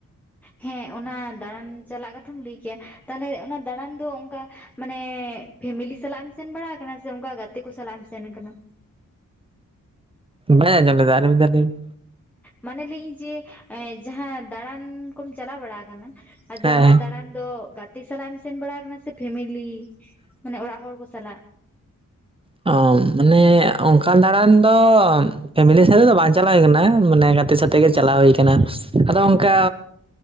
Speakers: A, in the centre; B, on the right (about 15°).
A: ᱦᱮᱸ ᱚᱱᱟ ᱫᱟᱬᱟᱱ ᱪᱟᱞᱟᱜ ᱠᱟᱛ ᱠᱟᱛᱷᱟᱢ ᱞᱟᱹᱭ ᱠᱮᱭᱟ ᱛᱟᱦᱚᱞᱮ ᱚᱱᱟ ᱫᱟᱬᱟᱱ ᱫᱚ ᱚᱱᱠᱟ ᱢᱟᱱᱮ ᱯᱷᱮᱢᱮᱞᱤ ᱥᱟᱞᱟᱜ ᱮᱢ ᱥᱮᱱ ᱵᱟᱲᱟ ᱟᱠᱟᱱᱟ ᱥᱮ ᱚᱱᱠᱟ ᱜᱟᱛᱮ ᱠᱚ ᱥᱟᱞᱟᱜ ᱮᱢ ᱥᱮᱱ ᱟᱠᱟᱱᱟ?
B: ᱵᱟᱹᱧ ᱟᱸᱡᱚᱢ ᱞᱮᱫᱟ ᱟᱨ ᱢᱤᱫ ᱫᱷᱟᱣ ᱞᱟᱹᱭ ᱢᱮ?
A: ᱢᱟᱱᱮ ᱞᱟᱹᱭ ᱤᱧ ᱡᱮ ᱡᱟᱦᱟᱸ ᱫᱟᱬᱟᱱ ᱠᱚᱢ ᱪᱟᱞᱟᱣ ᱵᱟᱲᱟ ᱟᱠᱟᱱᱟ? ᱟᱫᱚ
B: ᱦᱮᱸ
A: ᱚᱱᱟ
B: ᱦᱮᱸ
A: ᱫᱟᱬᱟᱱ ᱫᱚ ᱜᱟᱛᱮ ᱥᱟᱞᱟᱜ ᱮᱢ ᱥᱮᱱ ᱵᱟᱲᱟ ᱠᱟᱱᱟ ᱥᱮ ᱯᱷᱮᱢᱮᱞᱤ ᱢᱟᱱᱮ ᱚᱲᱟᱜ ᱦᱚᱲ ᱠᱚ ᱥᱟᱞᱟᱜ
B: ᱚ ᱢᱟᱱᱮ ᱚᱝᱠᱟᱱ ᱫᱟᱬᱟᱱ ᱫᱚ ᱯᱷᱮᱢᱮᱞᱤ ᱥᱟᱛᱮ ᱫᱚ ᱵᱟᱝ ᱪᱟᱞᱟᱣ ᱦᱩᱭ ᱠᱟᱱᱟ ᱢᱟᱱᱮ ᱜᱟᱛᱮ ᱥᱟᱛᱮᱜ ᱜᱮ ᱪᱟᱞᱟᱣ ᱦᱩᱭ ᱠᱟᱱᱟ᱾ ᱟᱫᱚ ᱚᱝᱠᱟ